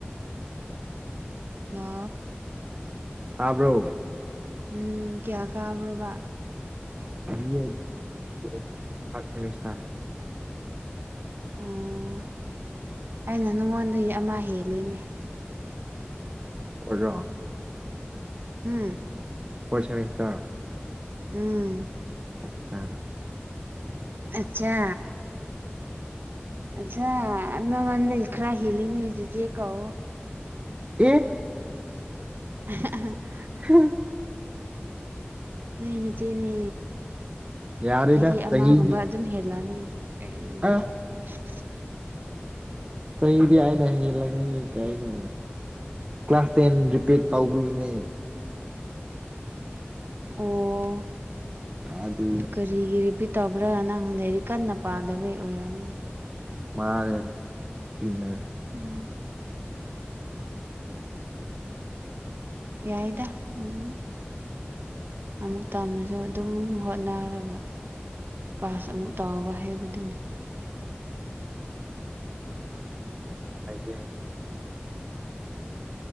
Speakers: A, on the right; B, on the right.
A: ꯂꯣ
B: ꯇꯥꯕ꯭ꯔꯣ
A: ꯎꯝ ꯀꯤꯌꯥ ꯀꯥꯕ꯭ꯔꯣꯕ
B: ꯕꯤ ꯑꯦ ꯗꯤ ꯊꯥꯔꯠ ꯁꯦꯃꯤꯁꯇꯔ
A: ꯑꯥ ꯑꯩꯅ ꯅꯉꯣꯟꯗꯒꯤ ꯑꯃ ꯍꯦꯜꯂꯤꯅꯦ
B: ꯑꯣꯖꯥ
A: ꯍꯨꯝ
B: ꯐꯣꯔꯠ ꯁꯦꯃꯤꯁꯇꯔ
A: ꯎꯝ
B: ꯑꯆꯥ
A: ꯑꯠꯆꯥ ꯑꯠꯆꯥ ꯅꯪꯉꯣꯟꯗꯩ ꯈꯔ ꯍꯦꯂꯤꯅꯤ ꯆꯤꯆꯦ ꯀꯧꯑꯣ
B: ꯑꯦ
A: <inaudible>
B: <inaudible>
A: ꯅꯣꯏ ꯅꯠꯆꯦꯅꯦ
B: ꯌꯥꯔꯦꯗ
A: ꯆꯍꯤ ꯑꯃꯒꯨꯝꯕ
B: ꯆꯍꯤꯗꯤ
A: ꯑꯗꯨꯝ ꯍꯦꯜꯂꯛꯑꯅꯤ <unintelligible>
B: ꯑ ꯆꯍꯤꯗꯤ ꯑꯩꯅ ꯍꯦꯜꯂꯒꯅꯤ ꯀꯩꯅꯣ ꯀ꯭ꯂꯥꯁ ꯇꯦꯟ ꯔꯤꯄꯤꯠ ꯇꯧꯕꯒꯤꯅꯦ
A: ꯑꯣ
B: ꯑꯗꯨ
A: ꯀꯔꯤꯒꯤ ꯔꯤꯄꯤꯠ ꯇꯧꯕ꯭ꯔꯥ ꯅꯪ ꯂꯥꯏꯔꯤꯛ ꯀꯟꯅ ꯄꯥꯗꯕꯩ ꯑꯣꯏꯔꯝꯅꯤ
B: ꯃꯥꯅꯦ ꯆꯨꯝꯃꯦ
A: ꯎꯝ ꯌꯥꯏꯗ ꯎꯝ ꯑꯃꯨꯛ ꯇꯝꯃꯁꯨ ꯑꯗꯨꯝ ꯍꯣꯠꯅꯔꯒ ꯄꯥꯁ ꯑꯃꯨꯛ ꯇꯥꯎꯕ ꯍꯥꯏꯕꯗꯨꯅꯤ
B: <unintelligible>